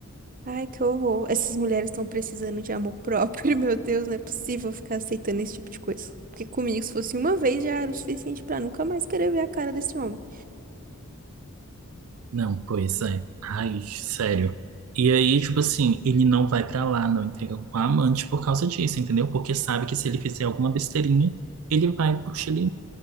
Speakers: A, on the right; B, on the right.
A: Ai, que horror. Essas mulheres estão precisando de amor próprio. <laughs> Meu Deus, não é possível ficar aceitando esse tipo de coisa. Porque comigo, se fosse uma vez, já era o suficiente pra nunca mais querer ver a cara desse homem.
B: Não, pois é. Ai, sério. E aí, tipo assim, ele não vai pra lá, não entrega com a amante por causa disso, entendeu? Porque sabe que se ele fizer alguma besteirinha, ele vai pro Chile